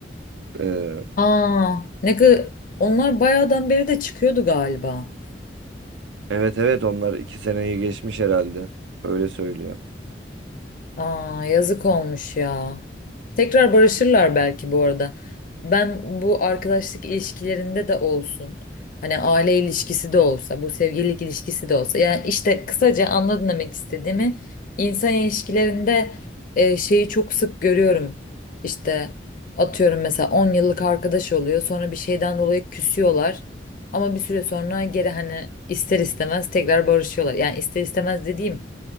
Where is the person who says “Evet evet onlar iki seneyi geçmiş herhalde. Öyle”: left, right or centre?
Right